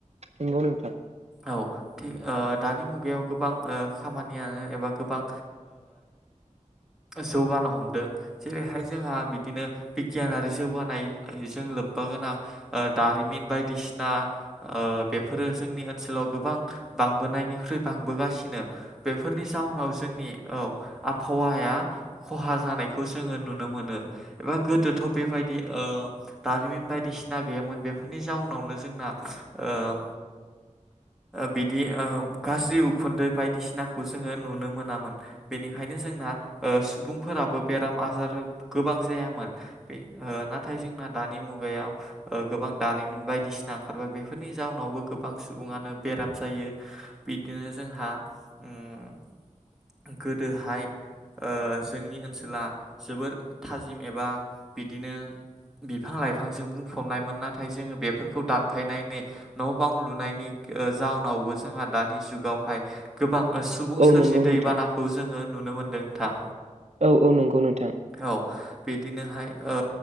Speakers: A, on the right; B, in the centre.
A: नंगौ नोंथां
B: औ थ। दानि मुगायाव गोबां खामानियानो एबा गोबां जौगानो हमदों जेरैहाय जोंहा बिदिनो बिगियानारि जौगानाय जों लोब्बा गोनां ओ दारिमिन बायदिसिना ओ बेफोरो जोंनि ओनसोलाव गोबां बां बोनायनिख्रुइ बांबोगासिनो बेफोरनि जाहोनाव जोंनि औ आबहावाया खहा जानायखौ जोङो नुनो मोनो एबा गोदोथ' बेबायदि ओ दारिमिन बायदिसिना गैयामोन बेफोरनि नि जाउनावनो जोंना ओ बिदि ओ गाज्रि उखुन्दै बायदिसिनाखौ जोङो नुनो मोनामोन बेनिख ओंखायनो जोंना सुबुंफोराबो बेराम आजार गोबां जायामोन। बे नाथाय जोंना दानि मुग मुगायाव गोबां दारिमिन बायदिसिना ओंखारबाय बेफोरनि जाउनावबो गोबां सुबुङानो बेराम जायो। बिदिनो जोंहा ओं गोदोहाय जोंनि ओनसोला जोबोर थाजिम एबा बिदिनो बिफां लाइफांजों बुंफबनायमोन नाथाय जोङो बेफोरखौ दानफायनायनि न' बां लुनायनि ओ जाउनावबो जोंहा दानि जुगावहाय गोबां सुबुं सोरजि
A: नंगौ
B: दैबानाखौ
A: नोंथां।
B: जोङो नुनो मोनदों थां
A: औ औ नंगौ नोंथां
B: औ बिदिनोहाय ओ